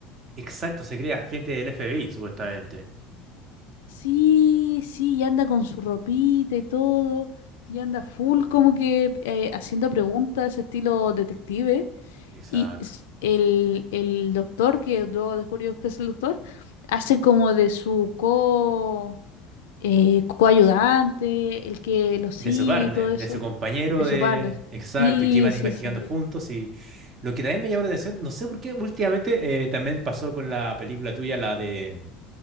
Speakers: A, on the right; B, on the left.
A: Exacto, se crea gente del FBI, supuestamente.
B: Sí, sí, y anda con su ropita y todo, y anda full como que eh, haciendo preguntas estilo detective.
A: Exacto.
B: Y s- el, el doctor, que luego descubrimos que es el doctor, hace como de su co, eh, coayudante, el que lo sigue
A: De su partner,
B: y todo eso,
A: de su compañero
B: de
A: de...
B: su parte.
A: Exacto,
B: Sí,
A: y que iban
B: sí,
A: investigando
B: sí, sí.
A: juntos y lo que también me llamó la atención, no sé por qué últimamente eh, también pasó con la película tuya, la de...